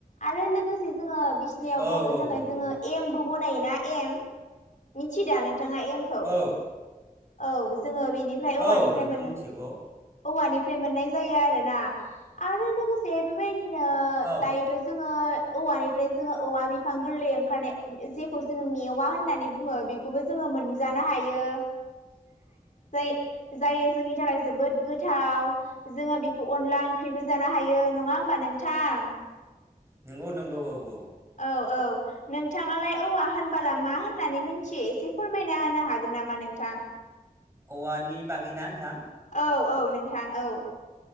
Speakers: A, on the left (about 55°); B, on the right (about 15°).
A: आरो लोगोसे जोङो बिसिनायाव
B: औ
A: बनो
B: औ
A: थाखाय
B: नंगौ
A: जोङो एमबो बनायो ना एम मिथियोदा नों? थाङा एम खौ
B: औ
A: औ जोङो बेनिफ्राय औवानिफ्राय
B: औ नोंथां
A: मोन
B: मिथिगौ
A: औवानि फ्राय मोननाय जायो आरोना आरो लोगोसे बेबायदिनो
B: औ
A: दायोथ' जोङो औवानिफ्राय जोङो औवा बिफां गोरलै ओंखारनाय जेखौ जोङो मेवा होननानै बुङो बेखौबो जोङो मोनजानो हायो।
B: <inaudible>
A: जाय जाय जोंनि थाखाय जोबोद गोथाव। जोङो बेखौ अनला ओंख्रिबो जानो हायो। नङा होमबा नोंथां?
B: नोंगौ नोंगौ औ औ।
A: औ औ नोंथाङालाय औवा होनबाला मा होननानै मोनथियो एसे फोरमायना होनो हागोन नामा नोंथां?
B: औवानि बागैना नोंथां?
A: औ औ नोंथां औ